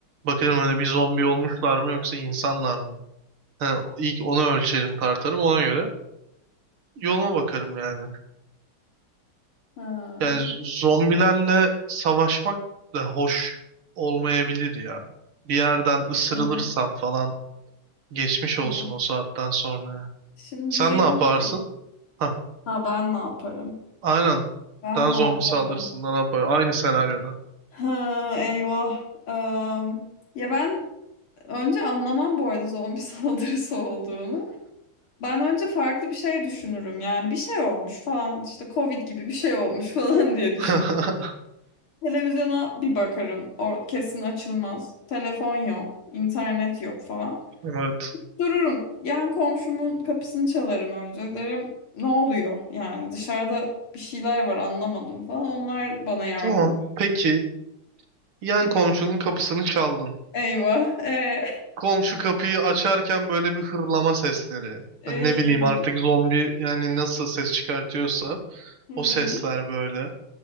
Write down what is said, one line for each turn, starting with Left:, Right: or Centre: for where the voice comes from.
Right: Bakarım hani bir zombi olmuşlar mı yoksa insanlar mı? Hani ilk onu ölçerim tartarım ona göre. Yoluma bakarım yani.
Left: ha,
Right: Yani zombilerle savaşmak da hoş olmayabilir ya. Bir yerden ısırılırsam
Left: tamam,
Right: falan geçmiş
Left: tamam.
Right: olsun o saatten sonra.
Left: Şimdi
Right: Sen
Left: diyelim
Right: ne yaparsın?
Left: ki
Right: Hah,
Left: ha ben ne yaparım?
Right: aynen.
Left: Ben
Right: Daha
Left: ne
Right: zombi
Left: yaparım?
Right: saldırısından ne yapar. Aynı senaryoda.
Left: Ha, eyvah. Am, ya ben önce anlamam bu arada zombi <laughs> saldırısı olduğunu. Ben önce farklı bir şey düşünürüm. Yani bir şey olmuş falan işte Covid gibi bir şey olmuş <laughs> falan diye düşünürüm.
Right: <laughs>
Left: Televizyona bir bakarım. O kesin açılmaz. Telefon yok, internet yok falan.
Right: Evet.
Left: Dururum. Yani komşumun kapısını çalarım önce. Derim ne oluyor? Yani dışarıda bir şeyler var anlamadım falan. Onlar bana yardım.
Right: Tamam. Peki. Yan
Left: Hı.
Right: komşunun kapısını çaldın.
Left: Eyvah. Ee,
Right: Komşu kapıyı açarken böyle bir hırlama sesleri.
Left: <laughs>
Right: Hani
Left: Ey.
Right: ne bileyim artık zombi yani nasıl ses çıkartıyorsa
Left: Hmm,
Right: o sesler böyle.